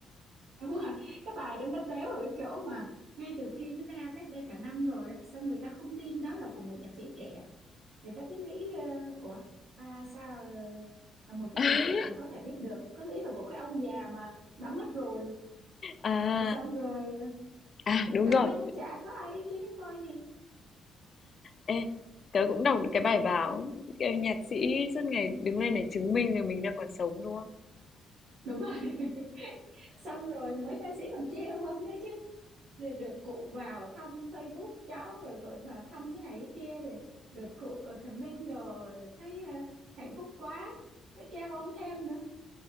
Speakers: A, on the right; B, on the left.
A: <laughs> đúng rồi cái bài đó nó téo ở chỗ mà ngay từ khi nó ra cách đây cả năm rồi á, xong người ta không tin đó là của một nhạc sĩ trẻ người ta cứ nghĩ ờ, ủa à, sao là một cái
B: <laughs>
A: người trẻ mà có thể viết được cứ nghĩ là của cái ông già mà đã mất rồi
B: À
A: Rồi xong rồi ờ,
B: à đúng
A: cả
B: rồi.
A: năm chả có ai ý kiến ý coi gì
B: Ê, tớ cũng đọc được cái bài báo em nhạc sĩ suốt ngày đứng lên để chứng minh rằng mình đang còn sống đúng không?
A: đúng rồi <laughs> xong rồi mấy ca sĩ còn trêu ông đấy chứ Rồi được cụ vào thăm Facebook cháu rồi cụ vào thăm cái này cái kia rồi được cụ ờ, comment đồ rồi thấy ờ, hạnh phúc quá nó trêu ông thêm nữa